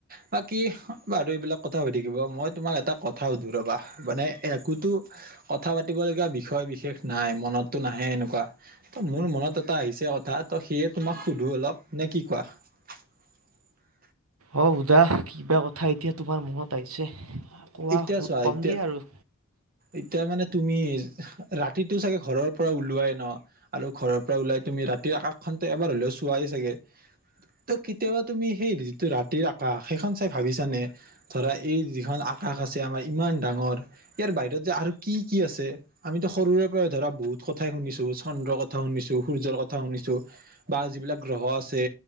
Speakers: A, on the right; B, on the right.
A: ব কি বাৰু এইবিলাক কথা হৈ থাকিব মই তোমাক এটা কথা সধ ৰবা মানে একোতো কথা পাতিব লগগীয়া বিষয় বিশেষ নাই মনতটো নাহে এনেকুৱা ত মোৰ মনত এটা আহিছে। তোমাক স অ ক <inaudible>
B: অ' সুধা কিবা কথা এতিয়া তোমাৰ মনত আহিছে, কোৱা
A: এতিয়া চোৱা
B: কম
A: এতিয়া
B: দিয়ে আৰু।
A: এতিয়া মানে তুমি ৰাতিতটো চাগে ঘৰৰ পৰা ওলোৱাই ন আৰু ঘৰৰ পৰা ওলাই তুমি ৰাতিৰ আকাশখনতে এবাৰ হ'লেও চোৱাই চাগে ত' কেতিয়াবা তুমি সেই যিটো ৰাতিৰ আকাশ সেইখন চাই ভাবিছানে ধৰা এই যিখন শাক আছে আমাৰ ইমান ডাঙৰ ইয়াৰ বাই যে আৰু কি কি আছে আমিতো সৰুৰে পৰা ধৰা বহুত কথাই শুনিছো চন্দ্ৰ কথা শুনিছো সূৰ্য শুনিছো বা যিবিলাক গ্ৰহ আছে